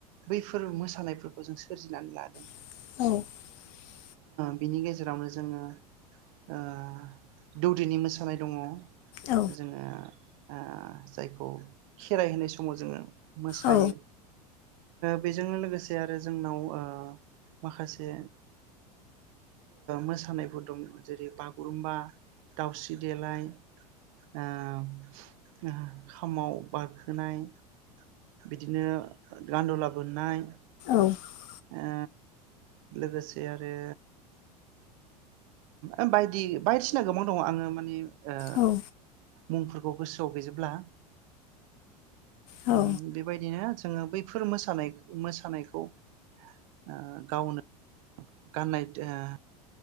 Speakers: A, on the right; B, on the left.
A: बैफोर मोसानायफोरखौ जों सोरजिनानै लादों।
B: <inaudible>
A: बिनि गेजेरावनो जोङो ओ दौदिनि मोसानाय दङ।
B: औ
A: जोङो ओ जायखौ खेराइ होनाय समाव जोङो मोसायो
B: औ
A: बेजोंनो लोगोसे आरो जोंनाव ओ माखासे मोसानायफोर दं जेरै- बागुरुम्बा दाउस्रि देलाय ओ खामाव बारखोनाय बिदिनो गान्दला बोननाय
B: <inaudible>
A: ओ लोगोसे आरो ओम बायदि बायदिसिना गोबां दङ आङो माने ओ
B: औ
A: मुंफोर खौ गोसोआव गैजोबला
B: औ
A: ओम बेबायदिनो जोङो बै फोर मोसानाय मोसानायखौ ओ गावनो गाननाय दा